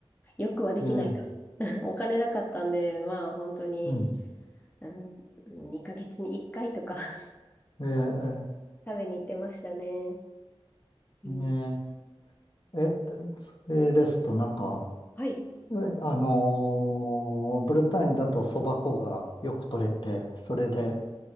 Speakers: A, on the left; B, on the left.
A: よくはできないか。
B: えー、
A: <laughs> お金なかったんで、まあ、本当に、
B: うん。
A: うん、2ヶ月に1回とか <laughs>
B: え
A: 食べに行ってましたね。うん、
B: ー、ねええそれですと、なんか、
A: はい。
B: えあのーブルターニュだとそば粉がよく取れて、それで、